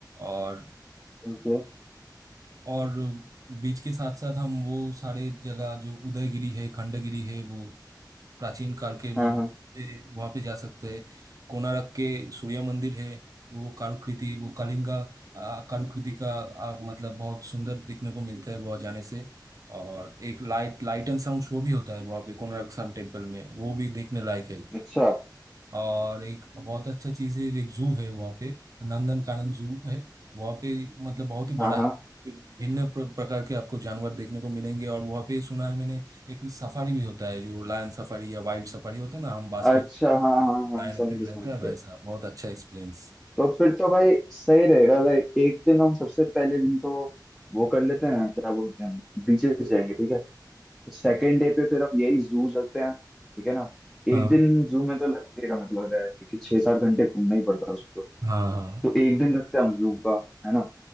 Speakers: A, on the right (about 50°); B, in the centre.
A: और
B: ओके
A: और बीच के साथ साथ हम वो सारे जगह जो उदयगिरी है खंडगिरी है वो प्राचीन काल के
B: हाँ
A: भी
B: हाँ
A: वहां पे जा सकते हैं कोणार्क के सूर्य मंदिर है वो कारुकृति वो कलिंगा आ, कारुकृति का आ, मतलब बहुत सुंदर देखने को मिलता है वहाँ जाने से और एक light light and sound show भी होता है वहाँ पे कोणार्क सन टेम्पल में वो भी देखने लायक है
B: अच्छा
A: और एक बहुत अच्छा चीज़ है एक जू है वहाँ पे नंदन कानन जू है वहाँ पे मतलब बहुत ही बड़ा
B: हाँ हाँ
A: है भिन्न प्र- प्रकार के आपको जानवर देखने को मिलेंगे और वहाँ पे सुना है मैंने एक सफारी भी होता है जो लायन सफारी या वाइल्ड सफारी होता है ना हम बास
B: अच्छा
A: में
B: हाँ हाँ
A: लायन
B: हाँ समझ
A: ओपन
B: गया समझ
A: रहता है वैसा
B: गया
A: बहुत अच्छा एक्सपीरियंस
B: तो फिर तो भाई सही रहेगा लाइक एक दिन हम सबसे पहले दिन तो वो कर लेते हैं क्या बोलते हैं बीचेस जाएंगे ठीक है तो सेकेंड डे पे फिर हम यही जू चलते हैं ठीक है ना एक
A: हाँ
B: दिन जू में तो लगेगा मेरे को लग रहा है क्योंकि छह सात घंटे घूमना ही पड़ता है उसको
A: हाँ हाँ
B: तो एक दिन रखते हैं हम जू का है ना